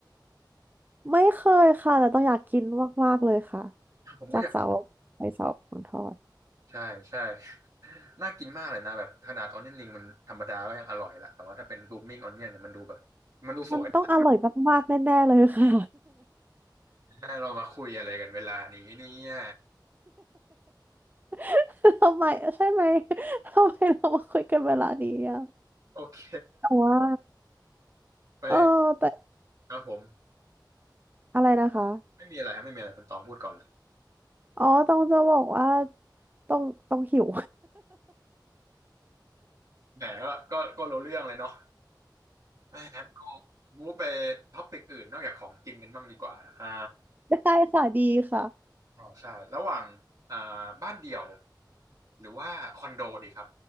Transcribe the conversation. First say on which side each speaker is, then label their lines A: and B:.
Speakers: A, on the right; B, on the right.
A: ไม่เคยค่ะแต่ต้องอยากกินมากๆเลยค่ะ
B: ผมก็อยาก
A: จากเสาไปเสาของทอด
B: ใช่ใช่ <laughs> น่ากินมากเลยนะแบบขนาดออนเนียนริงมันธรรมดาก็ยังอร่อยละแต่ว่าถ้าเป็นรูมมิ่งออนเนียนเนี่ยมันดูแบบมันดูสวย
A: มันต้องอร่อยมากๆแน่ๆเลยค่ะ
B: นะเรามาคุยอะไรกันเวลานี้เนี่ย
A: <laughs> ทำไมใช่ไหมทำไมเรามาคุยกันเวลานี้อ่ะ
B: โอเค
A: แต่ว่า
B: <laughs> ไป
A: เออแต่
B: ครับผม
A: อะไรนะคะ
B: ไม่มีอะไรครับไม่มีอะไรคุณตองพูดก่อนเลย
A: อ๋อต้องจะบอกว่าต้องต้องหิว
B: แหมก็ก็ก็รู้เรื่องเลยเนาะแม่งั้นก็มูฟไปท็อปิกอื่นนอกจากของกินกันบ้างดีกว่าอ่า
A: <laughs> ได้ค่ะดีค่ะ
B: อ๋อใช่ระหว่างอ่าบ้านเดี่ยวหรือว่าคอนโดดีครับ